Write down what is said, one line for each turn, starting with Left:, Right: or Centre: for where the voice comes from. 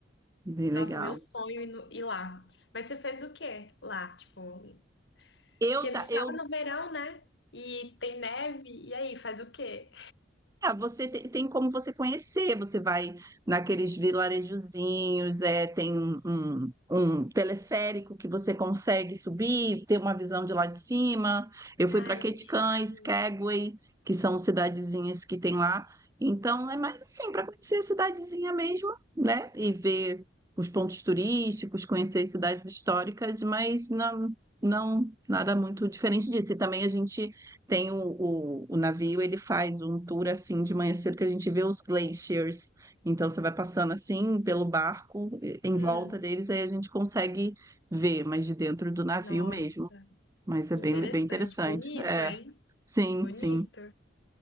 Right: bem
Left: Nossa,
Right: legal.
Left: meu sonho ir, no- ir lá. Mas você fez o quê lá? Tipo,
Right: Eu,
Left: que
Right: ta-
Left: tu tava
Right: eu
Left: no verão, né? E tem neve, e aí, faz o quê?
Right: Ah, você te- tem, como você conhecer, você vai naqueles vilarejozinhos, é, tem um, um- um teleférico que você consegue subir, ter uma visão de lá de cima. Eu fui
Left: Ai,
Right: para Ketchikan,
Left: que charme.
Right: Skagway, que são cidadezinhas que tem lá. Então, é mais assim, para conhecer a cidadezinha mesmo, né? E ver os pontos turísticos, conhecer as cidades históricas, mas não, não nada muito diferente disso. E também a gente tem o, o, o navio, ele faz um tour assim de manhã cedo que a gente vê os glaciers. Então você vai passando assim pelo barco, e- em
Left: Hum.
Right: volta deles, aí a gente consegue ver, mas de dentro do navio
Left: Nossa,
Right: mesmo. Mas é
Left: que
Right: bem,
Left: interessante.
Right: bem interessante.
Left: Bonito,
Right: É,
Left: hein?
Right: sim,
Left: Bonito.
Right: sim,